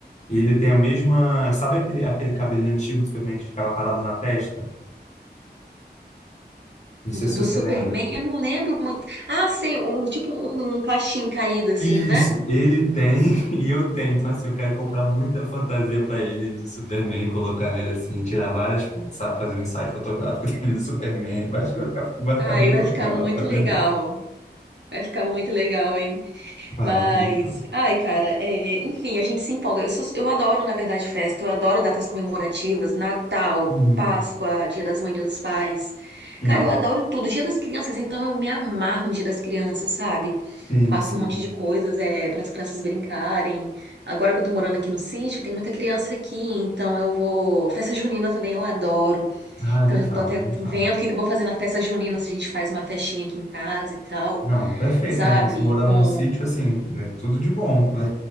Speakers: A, on the left; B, on the right.
A: E ele tem a mesma. Sabe aquele, aquele cabelinho antigo do Superman que ficava parado na testa? Não sei
B: do,
A: se
B: do
A: você
B: Superman,
A: lembra.
B: eu não lembro muito. Ah, sei, um, tipo um, um cachim caído assim,
A: Isso,
B: né?
A: ele tem <laughs> e eu tenho. Então, assim, eu quero comprar muita fantasia para ele de Superman, colocar nele assim, tirar várias fotos, sabe? Fazer um ensaio fotográfico <laughs> dele do Superman. Eu acho que vai ficar, vai ficar
B: Ai,
A: bem
B: vai
A: bacana,
B: ficar muito
A: vai ficar bem.
B: legal. Vai ficar muito legal, hein?
A: Vai
B: Mas,
A: ficar muito show.
B: ai, cara, é, enfim, a gente se empolga. Eu, sou- eu adoro, na verdade, festa, eu adoro datas comemorativas, Natal,
A: Uhum.
B: Páscoa, Dia das Mães, Dia dos Pais.
A: Não,
B: Cara, eu adoro tudo. Dia das Crianças, então eu me amarro no Dia das Crianças, sabe?
A: sim,
B: Faço
A: sim.
B: um monte de coisas, é, para as crianças brincarem. Agora que eu tô morando aqui no sítio, tem muita criança aqui, então eu vou. Festa junina também eu adoro.
A: Ah,
B: Então
A: nem
B: já
A: fala,
B: tô até
A: nem fala.
B: vendo o que que eu vou fazer na festa junina, se a gente faz uma festinha aqui em casa e tal
A: Não, perfeito,
B: sabe?
A: né? Você morando
B: Com
A: num sítio, assim, é tudo de bom. <laughs> Vai-